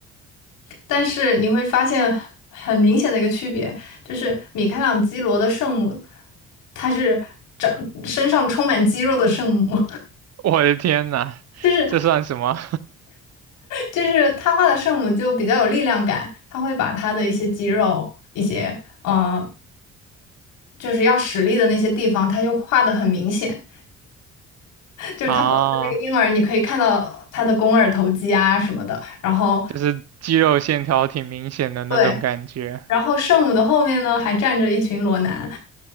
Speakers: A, on the left (about 85°); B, on the right (about 55°).
A: 但是你会发现很明显的一个区别，就是米开朗基罗的圣母，她是长身上充满肌肉的圣母，
B: 我的天呐，
A: <laughs> 就是
B: 这算什么
A: 就是他画的圣母就比较有力量感，他会把他的一些肌肉、一些呃就是要使力的那些地方，他就画的很明显，就是他抱着那个婴儿，
B: <laughs> 啊？
A: 你可以看到他的肱二头肌啊什么的，然后
B: 就是肌肉线条挺明显的那种感觉。
A: 对，然后圣母的后面呢还站着一群裸男。